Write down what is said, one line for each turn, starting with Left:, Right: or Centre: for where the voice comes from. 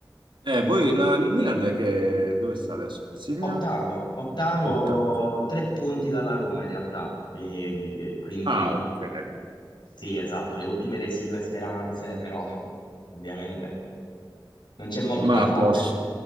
Right: Eh, voi, la- il Milan che, dove sta adesso? Classifica?
Left: Ottavo, ottavo,
Right: Ottava.
Left: tre punti dalla Roma in realtà. Quindi, quindi
Right: Ah, ok.
Left: sì, esatto, le ultime residue speranze, però ovviamente non c'è molto
Right: Ma
Left: da
Right: a
Left: fare.
Right: posto.